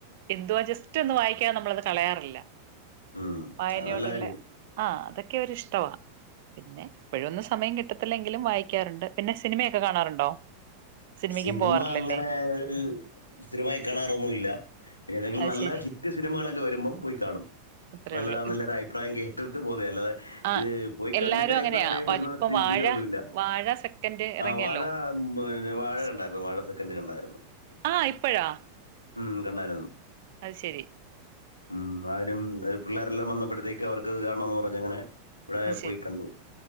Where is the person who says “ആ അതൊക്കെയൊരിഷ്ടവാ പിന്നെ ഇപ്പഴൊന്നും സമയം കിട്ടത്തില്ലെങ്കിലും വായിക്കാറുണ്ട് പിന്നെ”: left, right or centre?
Right